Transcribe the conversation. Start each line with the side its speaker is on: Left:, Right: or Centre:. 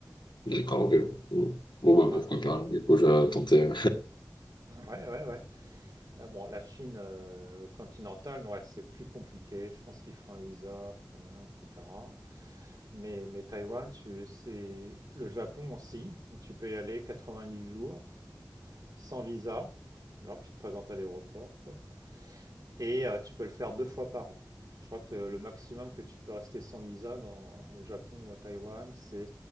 Left: d'accord, ok. Bon, bon, bah,
Right: Ouais,
Left: pourquoi pas, du coup, je tentais.
Right: ouais, ouais. ouais. Ah bon, la Chine euh, continentale, ouais, c'est plus compliqué. Je pense qu'il faut un visa, faut un- etc. Mais, mais Taïwan, tu, c'est le Japon aussi. Tu peux y aller 90 jours sans visa. Alors tu te présentes à l'aéroport, pop. et euh, tu peux le faire deux fois par an. Je crois que le maximum que tu peux rester sans visa dans, au Japon ou à Taïwan, c'est